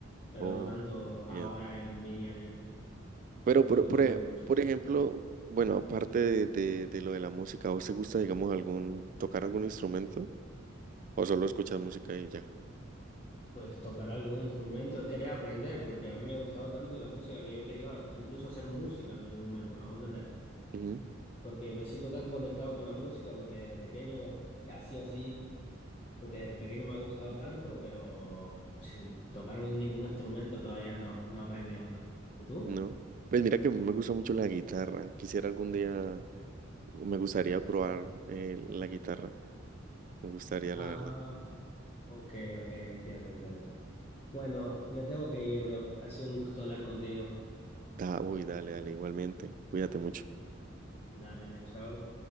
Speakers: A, on the left; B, on the right.
A: pero
B: Oh,
A: no tanto ahora
B: entiendo.
A: en mi día a día,
B: Pero
A: no lo
B: por,
A: conllevo
B: por, e-
A: mucho.
B: por ejemplo, bueno, aparte de, de, de lo de la música, ¿a vos te gusta, digamos, algún, tocar algún instrumento? O solo escuchas música y ya.
A: Pues tocar algún instrumento, quería aprender, porque a mí me ha gustado tanto la música que yo quería incluso hacer música en algún momento, me hago entender.
B: Ujú,
A: Porque me siento tan conectado con la música, porque desde pequeño ha sido así, porque desde pequeño me ha gustado tanto, pero <laughs> sí, tocar un- ningún instrumento todavía no, no he aprendido, no. ¿Y tú?
B: No. Pues mira que me gusta mucho la guitarra. Quisiera algún día, me gustaría probar eh, la guitarra. Me gustaría,
A: Ah,
B: la verdad.
A: ok, ok, entiendo, entiendo. Bueno, me tengo que ir, bro. Ha sido un gusto hablar contigo.
B: Da, uy, dale, dale, igualmente. Cuídate mucho.
A: Dale, dale, chao.